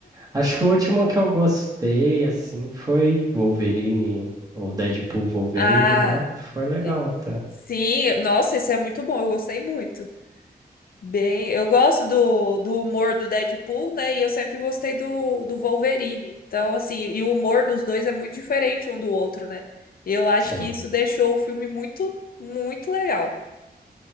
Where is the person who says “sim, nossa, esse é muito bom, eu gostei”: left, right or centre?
Left